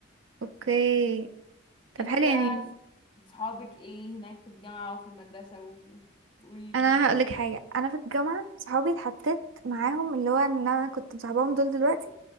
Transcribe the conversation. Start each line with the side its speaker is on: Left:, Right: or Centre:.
Right: اوكي طب
Left: انتي
Right: حلو
Left: بقى
Right: يعني
Left: صحابك ايه هناك في الجامعه وفي المدرسه و- وقولي
Right: انا
Left: لي يعني
Right: هقولك حاجه انا في الجامعه صحابي اتحطيت معاهم اللي هو ان انا كنت مصاحباهم دول دلوقتي